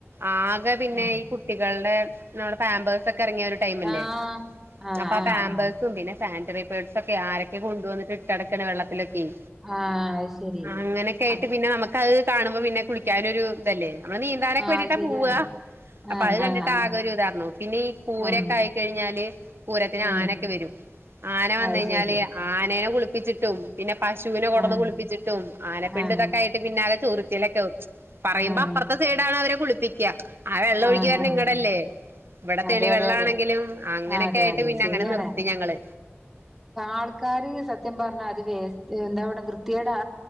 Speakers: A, on the right; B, in the centre.
A: ആകെ പിന്നെ
B: ഉം
A: ഈ കുട്ടികൾടെ നമ്മുടെ പാംമ്പേഴ്സൊക്കെ ഇറങ്ങിയ ഒരു ടൈംല്ലേ
B: ആഹ് ആഹ്
A: അപ്പൊ ആ
B: ആഹ്
A: പാമ്പേഴ്സും
B: ആഹ്
A: പിന്നെ സാനിറ്ററി പേഡ്സ് ഒക്കെ ആരൊക്കെ കൊണ്ടു വന്നിട്ട് ഇട്ട്ടക്കുന്നത് വെള്ളത്തിലൊ ഉം.
B: ആഹ് അത് ശരി
A: അങ്ങനെയൊക്കെ ആയിട്ട്
B: ആഹ്
A: പിന്നെ നമുക്ക് അത് കാണുമ്പോ പിന്നെ കുളിക്കാനൊരു ഇതല്ലേ. മ്മള് നീന്താനൊക്കെ വേണ്ടീട്ടാ
B: അത് ശരിയാണ്
A: പോവാ അപ്പൊ
B: ആഹ്
A: അത് കണ്ടിട്ടാആകെ
B: ആഹ് ആഹ്
A: ഒരിതാരുന്നു പിന്നെ ഈ പൂരൊക്കെ
B: ഉം
A: ആയിക്കഴിഞ്ഞാല് പൂരത്തിന്
B: ഉം
A: ആനൊക്കെ വരും ആന വന്ന
B: അത്
A: കഴിഞ്ഞാല്
B: ശരി
A: ആനേനെ കുളിപ്പിച്ചിട്ടും പിന്നെ പശുവിനെ കൊടന്ന് പിന്നെ പശൂനെ കൊടുന്ന്‌
B: ആഹ്
A: കുളിപ്പിച്ചിട്ടും, ആനപ്പിണ്ടതൊക്കെയായിട്ടൊക്കെ
B: ആഹ്
A: പിന്നെ ആകെ ചൊറിച്ചിലാവും
B: ആഹ്
A: പറയുമ്പോ അപ്പുറത്തെ സൈഡിലാണവരെ കുളിപ്പിക്ക, ആവെള്ളം
B: ആഹ്
A: ഒഴുകി വരുന്നതിങ്ങടല്ലേ.
B: ആഹ്
A: ഇവിടെ തെളിവെള്ളാണെങ്കിലും
B: അതെ അതെ അതെ
A: അങ്ങനെയൊക്കെ
B: ആഹ് അതെ
A: ആയിട്ട്
B: അതെ
A: പിന്നെ
B: ശരിയാണ്
A: അങ്ങനെ നിർത്തി ഞങ്ങള്
B: ആൾക്കാര് സത്യം പറഞ്ഞാല് അത് വേസ്റ്റ് എന്താ അവ്ടെ വൃത്തേടാ